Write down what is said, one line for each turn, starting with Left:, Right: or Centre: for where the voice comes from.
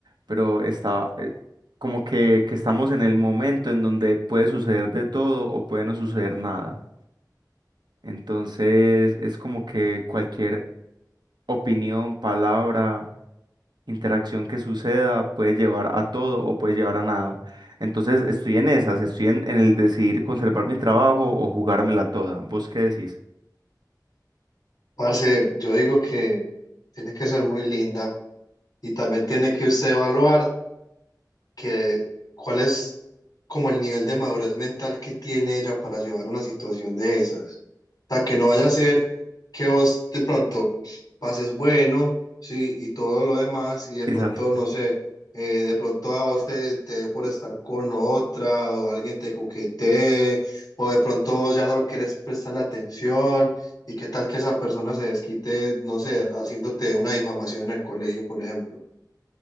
Right: pero está eh, como que, que estamos en el momento en donde puede suceder de todo o puede no suceder nada. Entonces es como que cualquier opinión, palabra, interacción que suceda puede llevar a todo o puede llevar a nada. Entonces estoy en esas, estoy en, en el decidir conservar mi trabajo o jugármela toda. ¿Vos qué decís?
Left: Parce, yo digo que tiene que ser muy linda y también tiene que usted evaluar. que cuál es como el nivel de madurez mental que tiene ella para llevar una situación de esas. O sea, que no vaya a ser que vos de pronto pases bueno, sí, y todo lo demás, y de
Right: Quizás.
Left: pronto, no sé, eh, de pronto a vos te, te dé por estar con otra, o alguien te coquetee, o de pronto vos ya no querés prestar la atención, y qué tal que esa persona se desquite, no sé, haciéndote una difamación en el colegio, por ejemplo.